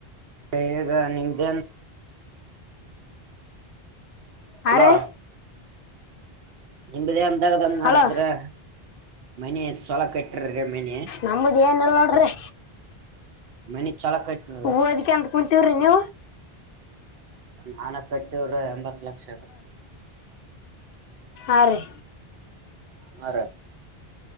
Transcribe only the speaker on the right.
ಈಗ ನಿಮ್ದೇನ್ ಹಲೋ
ನಿಂಬದೇ ಅಂದಾಗದನ್ ಮಾಡಿದ್ರ
ಮನೆ ಎಷ್ಟು ಚಲೋ ಕಟ್ಟ್ರಿ ಮನೆ
ಮನಿ ಚಲ ಕ ಇತ್ರ
ನಾನ ಕಟ್ಟಿವರ ಎಂಬತ್ ಲಕ್ಷ ಅದ
ಹರ